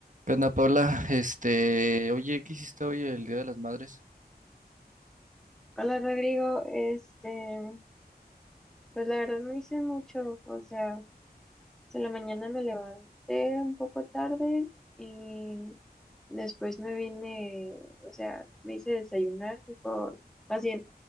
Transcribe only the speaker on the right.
¿Qué onda, Paula? Este, oye, ¿qué hiciste hoy el Día de las Madres?